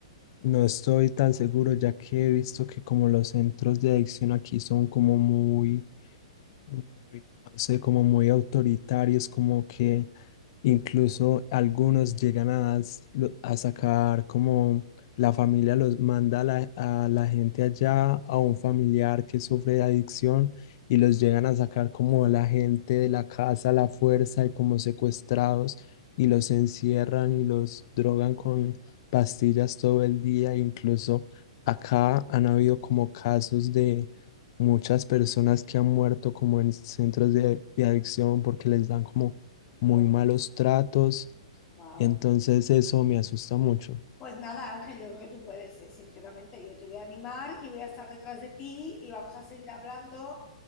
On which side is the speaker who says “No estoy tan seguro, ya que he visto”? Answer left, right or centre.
Left